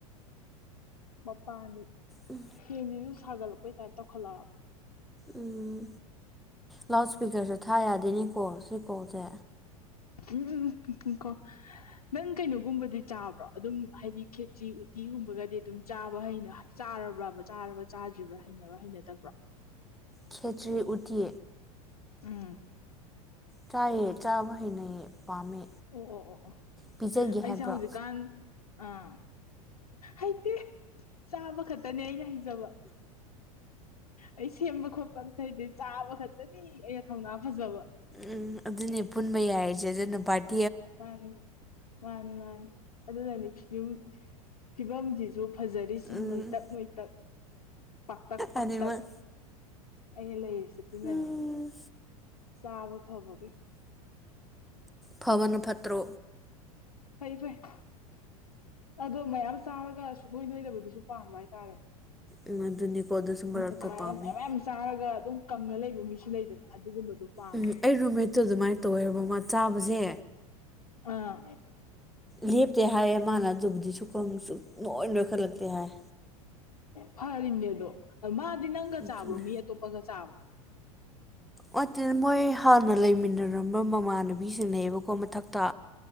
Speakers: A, on the left; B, in the centre.
A: ꯃꯄꯥꯟꯗꯨ
B: ꯎꯝ
A: ꯐꯦꯟꯁꯤꯁꯨ ꯁꯥꯒꯠꯂꯛꯄꯩ ꯇꯥꯏꯞ ꯇꯧꯈꯠꯂꯛꯑꯕ
B: ꯎꯝ ꯂꯥꯎꯠ ꯏꯁꯄꯤꯀꯔꯁꯨ ꯊꯥ ꯌꯥꯗ‌ꯦꯅ‌ꯦ ꯀꯣꯜ ꯁꯤꯀꯣꯜꯁꯦ
A: ꯎꯝ ꯉꯈ‌ꯣ ꯅꯪ ꯀꯩꯅꯣꯒꯨꯝꯕꯗꯤ ꯆꯥꯕ꯭ꯔꯣ ꯑꯗꯨꯝ ꯍꯥꯏꯗꯤ ꯈꯦꯆꯤ ꯎꯇꯤꯒꯨꯝꯕꯒꯗꯤ ꯑꯗꯨꯝ ꯆꯥꯕ ꯍꯩꯅ ꯆꯥꯔꯕ꯭ꯔꯕ ꯆꯥꯔꯕ ꯆꯥꯗ꯭ꯔꯤꯕ꯭ꯔꯥ ꯍꯩꯅꯕ ꯍꯩꯅꯗꯕ꯭ꯔꯣ
B: ꯈꯦꯆ꯭ꯔꯤ ꯎꯠꯇꯤ
A: ꯎꯝ
B: ꯆꯥꯑꯦ ꯆꯥꯕ ꯍꯩꯅꯩꯑꯦ ꯄꯥꯝꯃꯦ
A: ꯑꯣ ꯑꯣ ꯑꯣ ꯑꯣ
B: ꯄꯤꯖꯒꯦ
A: ꯑꯩꯁꯦ
B: ꯍꯥꯏꯕ꯭ꯔꯣ
A: ꯍꯧꯖꯤꯛꯀꯥꯟ ꯑꯥ ꯍꯩꯇꯦ ꯆꯥꯕ ꯈꯛꯇꯅꯦ ꯑꯩꯅ ꯍꯩꯖꯕ ꯑꯩ ꯁꯦꯝꯕ ꯈꯣꯠꯄ ꯑꯇꯩꯩꯗꯤ ꯆꯥꯕ ꯈꯛꯇꯅꯤ ꯑꯩꯅ ꯊꯧꯅꯥ ꯐꯖꯕ
B: ꯎꯝ ꯑꯗꯨꯅꯦ ꯄꯨꯟꯕ ꯌꯥꯔꯤꯖ‌‌ꯦ ꯑꯗꯨꯅ ꯕꯥꯔꯠ
A: ꯃꯥꯅꯤ ꯃꯥꯅꯤ ꯃꯥꯅꯤ ꯑꯗꯨꯅꯅꯤ ꯌꯨꯝ ꯐꯤꯕꯝꯁꯤꯁꯨ ꯐꯖꯔꯤꯁꯤ
B: ꯎꯝ
A: ꯅꯣꯏꯇꯛ ꯅꯣꯏꯇꯛ ꯄꯥꯛꯇꯛ ꯄꯥꯛꯇꯛ
B: ꯑꯅꯤꯃꯛ
A: ꯑꯩꯅ ꯂꯩꯔꯤꯁꯦ ꯑꯗꯨꯅꯅꯦ
B: ꯎꯝ
A: ꯆꯥꯕ ꯐꯕ
B: ꯐꯕꯅ ꯐꯠꯇ꯭ꯔꯣ
A: ꯐꯩ ꯐꯩ ꯑꯗꯣ ꯃꯌꯥꯝ ꯆꯥꯔꯒ ꯁꯨꯡꯅ‌ꯣꯏ ꯅ‌ꯣꯏꯗꯕꯗꯨꯁꯨ ꯄꯥꯝꯕ ꯍꯥꯏꯇꯥꯔꯦ
B: ꯎꯪ ꯑꯗꯨꯅꯤꯀꯣ ꯗꯨꯁꯨ ꯃꯔꯛꯇ
A: ꯑꯗꯨꯃꯥꯏꯅ
B: ꯄꯥꯝꯃ‌ꯦ
A: ꯃꯌꯥꯝ ꯃꯌꯥꯝ ꯆꯥꯔꯒ ꯑꯗꯨꯝ ꯀꯪꯉ ꯂꯩꯕ ꯃꯤꯁꯨ ꯂꯩꯗꯅ ꯑꯗꯨꯒꯨꯝꯕꯗꯣ ꯄꯥꯝꯕ
B: ꯎꯝ ꯑꯩ ꯔꯨꯝ ꯃ‌ꯦꯠꯇꯨ ꯑꯗꯨꯃꯥꯏꯅ ꯇꯧꯋꯦꯕ ꯃꯥ ꯆꯥꯕꯁꯦ
A: ꯑꯥ
B: ꯂꯦꯞꯇꯦ ꯍꯥꯏꯌꯦ ꯃꯥꯅ ꯑꯗꯨꯕꯨꯗꯤ ꯁꯨꯀꯪ ꯅꯣꯏ ꯂꯣꯏꯈꯠꯂꯛꯇꯦ ꯍꯥꯏ
A: ꯐꯔꯤꯅꯦ ꯑꯗꯣ ꯃꯥꯗꯤ ꯅꯪꯒ
B: ꯑꯗꯨꯅꯦ
A: ꯆꯥꯕ꯭ꯔꯣ ꯃꯤ ꯑꯇꯣꯞꯄꯒ ꯆꯥꯕ꯭ꯔꯣ
B: ꯅꯠꯇ‌ꯦ ꯃꯣꯏ ꯍꯥꯟꯅ ꯂꯩꯃꯤꯟꯅꯔꯝꯕ ꯃꯃꯥꯟꯅꯕꯤꯁꯤꯡ ꯂꯩꯌ‌ꯦꯕꯀꯣ ꯃꯊꯛꯇ